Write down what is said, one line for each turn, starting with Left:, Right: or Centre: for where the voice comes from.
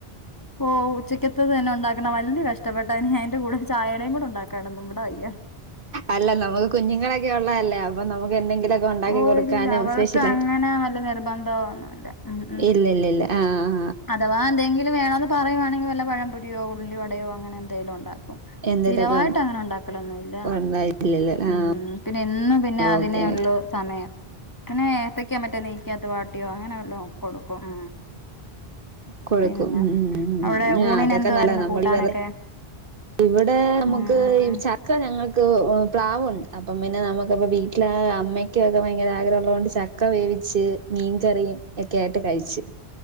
Left: ഓ ഉച്ചക്കത്തത് തന്നെ ഉണ്ടാക്ണേ വൽയെ കഷ്ട്ടപെട്ടാ ഇനി അയ്ന്റെ കൂടെ ചായയ്ടെയും കൂടെ ഉണ്ടാ <unintelligible>
Right: അല്ലല്ല നമുക്ക് കുഞ്ഞുങ്ങളൊക്കെ ഉള്ളല്ലേ അപ്പ നമുക്ക് എന്തെങ്കിലോക്കെ ഉണ്ടാക്കി
Left: ഓ
Right: കൊടുക്കാനും
Left: ഇല്ല അവർക്ക്
Right: സ്പെഷ്യലായിട്ട്
Left: അങ്ങനെ വല്ല നിർബന്ധമൊന്നുമില്ല ഉം ഉം
Right: ഇല്ലല്ലല്ല ആ ആ
Left: അഥവാ എന്തെങ്കിലും വേണോന്ന് പറയുവാണെങ്കി വല്ലോം പഴംപൊരിയോ ഉള്ളിവടയോ അങ്ങനന്തെലും ഒണ്ടാ ക്കും
Right: എന്തേലൊക്കെ
Left: സ്ഥിരവായിട്ട്
Right: ഉണ്ട്
Left: അങ്ങനെ ഒണ്ടാക്കലൊന്നു ഇല്ല
Right: ഉണ്ടായിട്ടില്ലല്ലേ ആഹ്
Left: ഉം പിന്നെ എന്നും പിന്നെ അതിനെള്ളൂ
Right: ഓക്കെ ഓക്കെ
Left: സമയം പിന്നെ ഏത്തക്ക മറ്റേ നെയ്‌ക്കാത്ത് വാട്ടിയോ അങ്ങനെവല്ലോ കൊടുക്കും ഉം
Right: കൊടുക്കും
Left: പിന്നെ
Right: ഉം ഉം
Left: അവിടെ ഊണിന്
Right: ആഹ് അതൊക്കെ
Left: എന്തുവായിരുന്നു
Right: നല്ലതാ നമ്മളിവെറ്
Left: കൂട്ടാനൊക്കെ?
Right: ഇവിടെ നമ്മുക്ക്
Left: ഉം ഉം
Right: ഈ ചക്ക ഞങ്ങക്ക് പ്ലാവോണ്ട് അപ്പം പിന്നെ നമുക്കിപ്പം വീട്ടില് ആ അമ്മയ്ക്കൊക്കെ ഭയങ്കര ആഗ്രഹം ഒള്ളോണ്ട് ചക്ക വേവിച്ച് മീൻകറിയും ഏക്കെ ആയിട്ട് കഴിച്ചു.